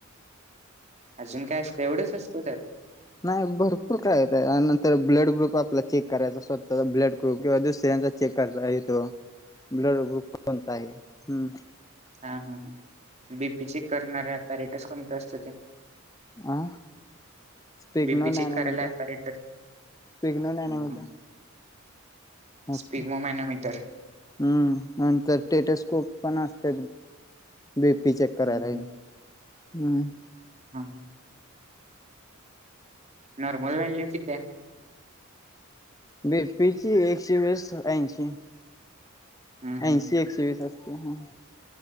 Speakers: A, on the right; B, on the left.
A: अजून काय असतं एवढंच असतो त्यात
B: नाही भरपूर काय येतय नंतर ब्लड ग्रुप आपला चेक करायचा स्वतः ब्लड ग्रुप किंवा दुसरे चेक कर आहे तो ब्लड ग्रुप कोणता आहे ह्
A: हा हा ह बीपी करणारऱ्या पॅरेटस कोणते असत ते
B: अ स्पिगनो
A: बीपी चेक
B: नॅनो
A: करायला
B: माहित
A: ॲपॅरेटस
B: आहे? स्पिगनो नॅनो
A: हं,
B: माहित
A: हं.
B: आहे? असतंय
A: स्पिग्मोमॅनोमीटर
B: हम्म आणि ते नंतर टेटस्कोप? पण असत बीपी चेक करायला.
A: हं, हं.
B: हम,
A: हम् <inaudible> नॉर्मल व्हल्यू किती आहे?
B: बीपीची एकशे वीस ऐंशी
A: हं, हं,
B: ऐंशी
A: हं,
B: एकशे वीस असत्या ह.